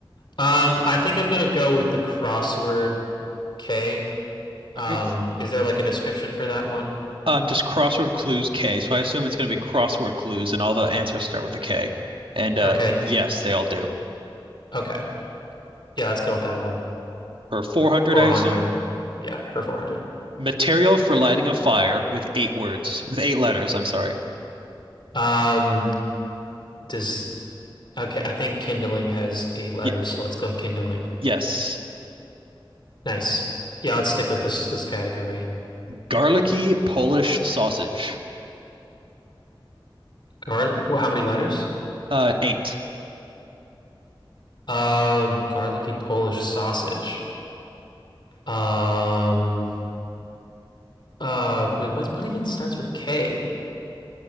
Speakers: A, on the left; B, on the right.
A: Um, I think I'm gonna go with the crossword K. Um,
B: All right.
A: is there like a description for that one?
B: Um, just crossword clues K. So I assume it's going to be crossword clues, and all the answers start with a K. And uh,
A: Okay.
B: yes, they all do.
A: Okay. Yeah, let's go with that one.
B: Or 400,
A: 400.
B: I assume.
A: Yeah, for 400.
B: Material for lighting a fire with eight words, with eight letters, I'm sorry.
A: Um, does okay, I think kindling has eight letters,
B: Y
A: so let's go kindling.
B: yes.
A: Nice. Yeah, let's stick with this this category.
B: Garlicky Polish sausage.
A: Gar well, how many letters?
B: Uh, eight.
A: Um, garlicky Polish sausage. Um, uh, wait, what what even starts with K?